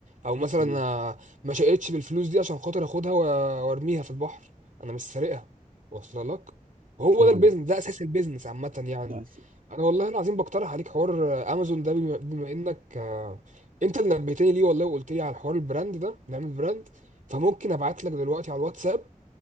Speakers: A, on the right (about 65°); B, on the right (about 80°).
A: او مثلا
B: مم.
A: انا ما شقتش بالفلوس دي عشان خاطر اخدها و- وارميها في البحر انا مش سارقها واصله لك وهو
B: فاهمة
A: ده البيزنس ده اساس البيزنس عامه يعني
B: لا مم. س-
A: انا والله العظيم بقترح عليك حوار امازون ده بما بما انك آه، انت اللي نبهتني ليه والله وقلت لي على حوار البراند ده نعمل براند فممكن ابعت لك دلوقتي على الواتساب